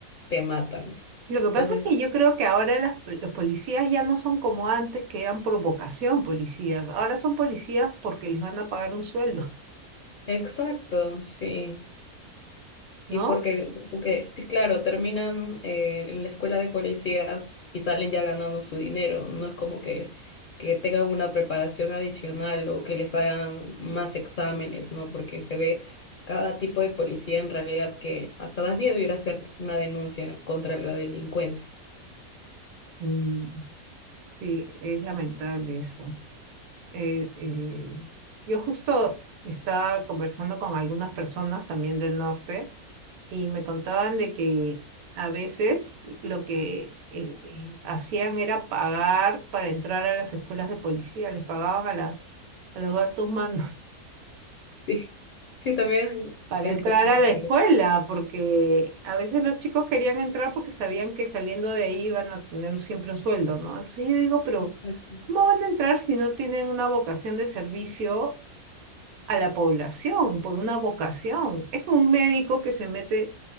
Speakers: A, on the left; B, on the right.
A: te matan.
B: Lo que
A: Entonces,
B: pasa es que yo creo que ahora las, los policías ya no son como antes, que eran por vocación policías. Ahora son policías porque les van a pagar un sueldo,
A: exacto, sí.
B: ¿no?
A: Y porque, porque sí, claro, terminan eh, en la escuela de policías y salen ya ganando su dinero. No es como que, que tengan una preparación adicional o que les hagan más exámenes, ¿no? Porque se ve cada tipo de policía en realidad que hasta da miedo ir a hacer una denuncia contra la delincuencia. <laughs>
B: Mm, sí, es lamentable eso. eh, eh, yo justo estaba conversando con algunas personas también del norte y me contaban de que a veces lo que eh, eh, hacían era pagar para entrar a las escuelas de policía, les pagaban a las, a los altos mandos
A: Sí, sí, también
B: <laughs> para
A: he
B: entrar
A: escuchado
B: a la escuela, porque a veces los chicos querían entrar porque sabían que saliendo de ahí iban a tener un- siempre un sueldo, ¿no? Entonces yo digo, pero...
A: eso.
B: ¿Cómo van a entrar si no tienen una vocación de servicio a la población por una vocación. Es como un médico que se mete